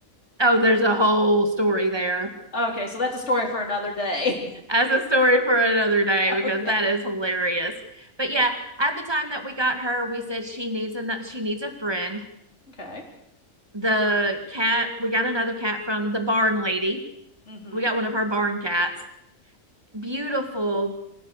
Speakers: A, on the right; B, on the left.
A: Oh, there's a whole story there.
B: Okay, so that's a story for another day. <laughs>
A: as a story for another day because
B: Okay.
A: that is hilarious. But yeah, at the time that we got her, we said she needs a she needs a friend.
B: Okay.
A: The cat we got another cat from the barn lady.
B: Mm-hmm.
A: We got one of her barn cats. Beautiful,